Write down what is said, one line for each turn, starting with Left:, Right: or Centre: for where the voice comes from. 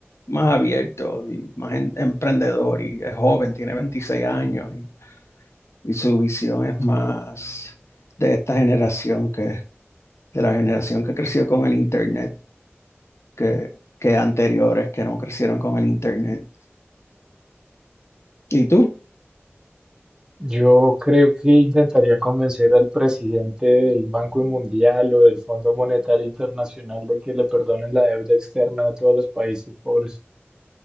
Left: más abierto y más en- emprendedor y es joven, tiene 26 años y, y su visión es más de esta generación que, de la generación que creció con el Internet, que, que anteriores que no crecieron con el Internet. ¿Y tú?
Right: Yo creo que intentaría convencer al presidente del Banco Mundial o del Fondo Monetario Internacional de que le perdonen la deuda externa a todos los países pobres.